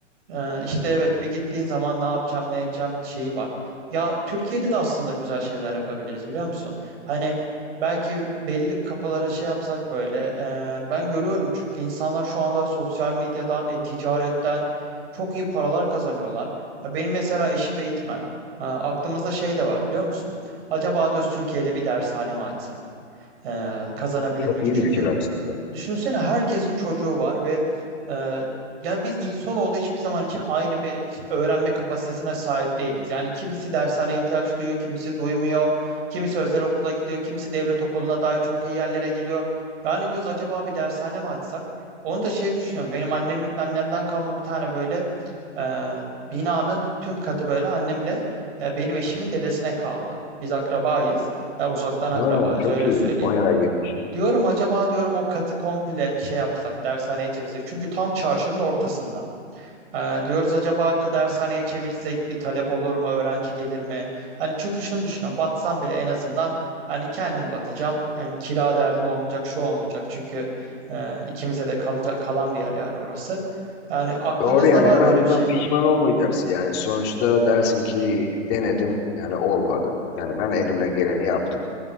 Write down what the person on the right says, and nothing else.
ee, işte evet bir gittiğin zaman ne yapacağım ne edeceğim şeyi var. Ya Türkiye'de de aslında güzel şeyler yapabiliriz biliyor musun? Hani belki belli kafalara şey yapsak böyle e, ben görüyorum çünkü insanlar şu anda sosyal medyadan, e-ticaretten çok iyi paralar kazanıyorlar. Ya benim mesela eşim eğitmen. Ha, aklımızda şey de var biliyor musun? Acaba diyoruz Türkiye'de bir dershane mi açsak? Ee, kazanabilir
miyiz?
Çünkü
Düşünsene herkesin çocuğu var ve e, yani biz insanoğlu hiçbir zaman için aynı bir öğrenme kapasitesine sahip değiliz. Yani kimisi dershaneye ihtiyaç duyuyor, kimisi duymuyor, kimisi özel okula gidiyor, kimisi devlet okuluna dahi çok iyi yerlere geliyor. Yani diyoruz acaba bir dershane mi açsak? Onu da şey düşünüyorum. Benim annemin annemden kalma bir tane böyle e, binanın tüm katı böyle annemle e, benim eşimin dedesine kaldı. Biz akrabayız. Yani uzaktan akrabayız
öyle
söyleyeyim.
Diyorum acaba diyorum o katı komple şey yapsak, dershaneye çevirsek. Çünkü tam çarşının ortasında. Ee, diyoruz acaba k- dershaneye çevirsek bir talep olur mu, öğrenci gelir mi? Hani çünkü şunu düşünüyorum, batsam bile en azından hani kendim batacağım. Yani kira derdim olmayacak, şu olmayacak. Çünkü e, ikimize de kalacak kalan bir yer yani orası. Yani aklımızda
var
böyle bir şey.